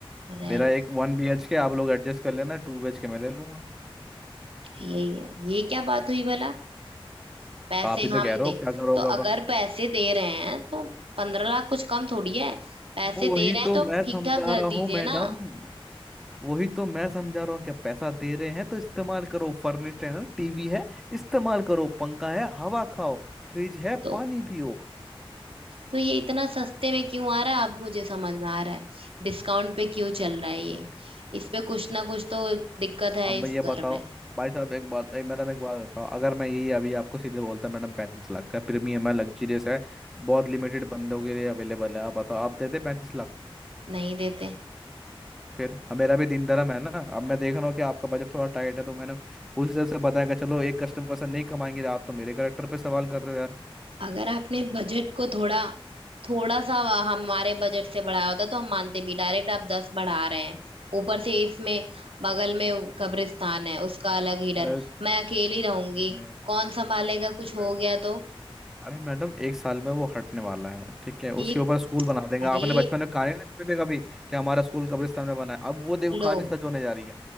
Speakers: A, on the right; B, in the centre.
A: रह
B: मेरा
A: लो
B: एक वन बी एच के आप लोग एडजस्ट कर लेना टू बी एच के मैं ले लूंगा
A: यही है ये क्या बात हुई भला पैसे
B: आप ही तो
A: हम
B: कह रहे
A: दे
B: हो क्या करोगे
A: तो
B: अब
A: अगर पैसे दे रहे हैं तो पंद्रह लाख कुछ कम थोड़ी है पैसे
B: वही
A: दे रहे हैं
B: तो
A: तो
B: मैं
A: ठीक
B: समझा
A: ठाक घर
B: रहा
A: दीजिए
B: हूँ मैडम
A: ना
B: वही तो मैं समझा रहा हूँ क्या पैसा दे रहे हैं तो इस्तेमाल करो फर्निश्ड है ना टीवी है इस्तेमाल करो पंखा है हवा खाओ फ्रिज है
A: तो
B: पानी पियो
A: तो ये इतना सस्ते में क्यों आ रहा है अब मुझे समझ में आ रहा है डिस्काउंट पे क्यों चल रहा है ये इस पे कुछ ना कुछ तो दिक्कत है
B: अब
A: इस
B: मैं ये बताओ
A: घर में
B: भाई साहब एक बात एक मैडम एक बात बताओ अगर मैं यही अभी आपको सीधे बोलता मैडम पैंतीस लाख का प्रीमियम है लग्जरियस है बहुत लिमिटेड बंदों के लिए अवेलेबल है आप बताओ आप देते पैंतीस लाख
A: नहीं देते
B: फिर अब मेरा भी दिन धर्म है ना अब मैं देख रहा हूँ कि आपका बजट थोड़ा टाइट है तो मैंने उस हिसाब से बताया कि चलो एक कस्टमर से नहीं कमाएंगे आप तो मेरे करेक्टर पे सवाल कर रहे हो यार
A: अगर आपने बजट को थोड़ा थोड़ा सा हमारे बजट से बढ़ाया होता तो हम मानते भी डायरेक्ट आप दस बढ़ा रहे हैं ऊपर से इसमें बगल में कब्रिस्तान है उसका अलग ही डर
B: अरे
A: मैं अकेली रहूंगी
B: अरे
A: कौन संभालेगा कुछ
B: अरे
A: हो
B: मैडम
A: गया तो
B: अरे मैडम एक साल में वो हटने वाला है ठीक है उसके
A: एक
B: ऊपर स्कूल बना देंगे आपने
A: अरे
B: बचपन में कहानी नहीं सुनी थी कभी कि हमारा स्कूल कब्रिस्तान में बना है अब वो देखो
A: लो
B: कहानी सच होने जा रही है